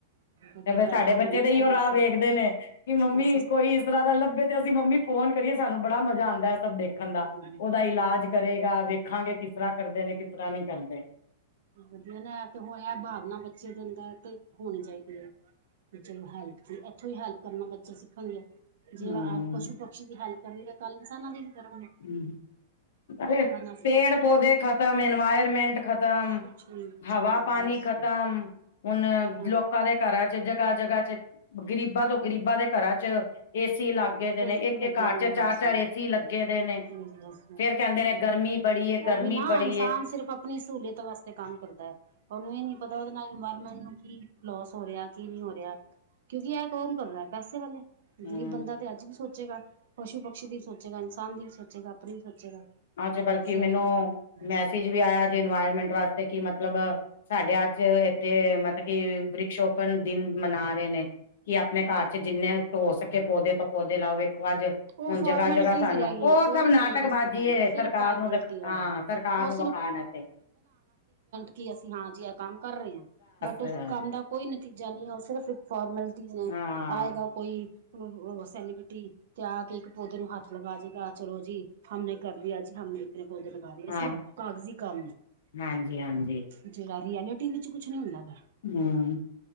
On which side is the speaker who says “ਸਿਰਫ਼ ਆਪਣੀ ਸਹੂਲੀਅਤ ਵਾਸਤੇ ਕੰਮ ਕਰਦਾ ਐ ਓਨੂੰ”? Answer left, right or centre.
Right